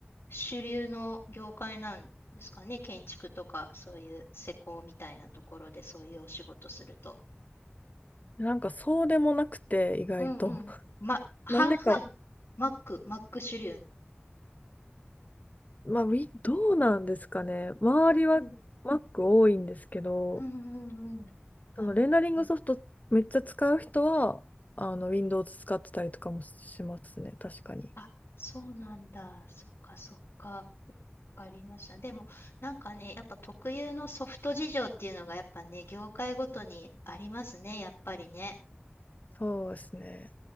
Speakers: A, on the left; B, on the left.
A: 主流の業界なんですかね。建築とか、そういう施工みたいなところで、そういうお仕事すると。
B: なんかそうでもなくて、意外と。
A: うんうん。
B: <laughs>
A: ま、半々。
B: なんでか、
A: マック、マック主流。
B: まあ、ウィどうなんですかね。周りは
A: うんうん
B: Mac 多いんですけど、
A: うんうんうん。なるほど。
B: そのレンダリングソフトめっちゃ使う人は、あの Windows 使ってたりとかもしますね、確かに。
A: あ、そうなんだ。そっかそっか。わかりました。でも、なんかね、やっぱ特有のソフト事情っていうのが、やっぱね、業界ごとにありますね、やっぱりね。
B: そうですね。